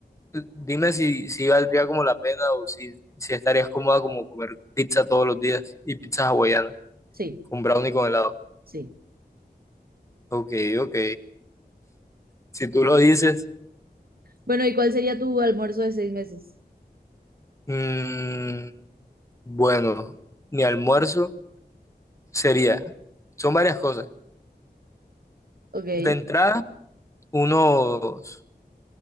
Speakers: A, on the left; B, on the right.
A: eh, dime si, si valdría como la pena o si, si estarías cómoda como comer pizza todos los días y pizzas hawaianas
B: sí,
A: con brownie con helado.
B: sí.
A: Ok, ok. Si tú lo dices,
B: Bueno, ¿y cuál sería tu almuerzo de seis meses?
A: mm, bueno, mi almuerzo sería, son varias cosas.
B: Ok.
A: De entrada, unos